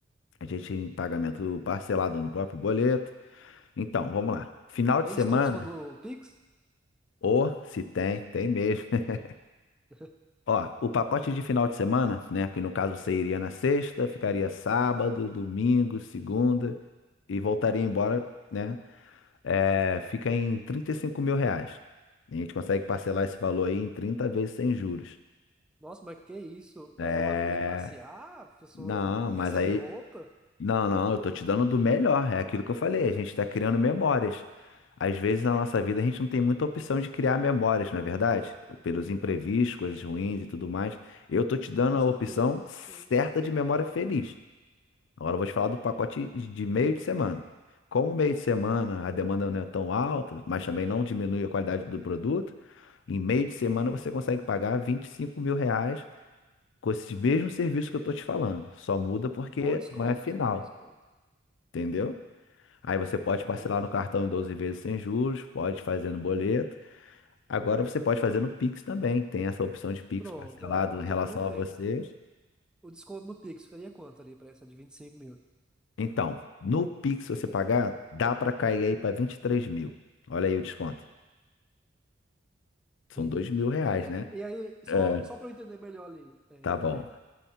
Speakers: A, on the left; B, in the centre.
A: a gente tem pagamento parcelado no próprio boleto. Então, vamos lá. Final
B: Tem
A: de semana,
B: desconto se for no Pix?
A: ou se tem, tem mesmo. <laughs>
B: <laughs>
A: Ó, o pacote de final de semana, né? Que no caso você iria na sexta, ficaria sábado, domingo, segunda e voltaria embora, né? É, fica em trinta e cinco mil reais. A gente consegue parcelar esse valor aí em 30 vezes sem juros.
B: Nossa, mas que isso? É,
A: É,
B: o avião é classe A, a pessoa
A: não,
B: recebe
A: mas aí.
B: roupa?
A: Não, não, eu tô te dando do melhor. É aquilo que eu falei, a gente tá criando memórias. Às vezes na nossa vida a gente não tem muita opção de criar memórias, não é verdade? Pelos imprevistos, coisas ruins e tudo mais. Eu tô te dando
B: Com certeza,
A: a opção
B: com certeza.
A: certa de memória feliz. Agora eu vou te falar do pacote de meio de semana. Como o meio de semana a demanda não é tão alta, mas também não diminui a qualidade do produto, em meio de semana você consegue pagar vinte e cinco mil reais com esses mesmos serviços que eu tô te falando. Só muda porque
B: Um bom desconto,
A: não é final,
B: bom desconto.
A: entendeu? Aí você pode
B: Tô
A: parcelar
B: entendendo.
A: no cartão em 12 vezes sem juros, pode fazer no boleto. Agora você pode fazer no Pix também. Tem essa opção de Pix
B: Pronto,
A: parcelado
B: é, é
A: em
B: o que
A: relação
B: eu perguntei,
A: a vocês.
B: né? O desconto no Pix ficaria quanto ali pra essa de 25 mil?
A: Então, no Pix, se você pagar, dá pra cair aí pra vinte e três mil. Olha aí o desconto. São
B: Sim.
A: dois mil reais,
B: É,
A: né?
B: e aí, só,
A: É.
B: só para eu entender melhor ali, é,
A: Tá bom.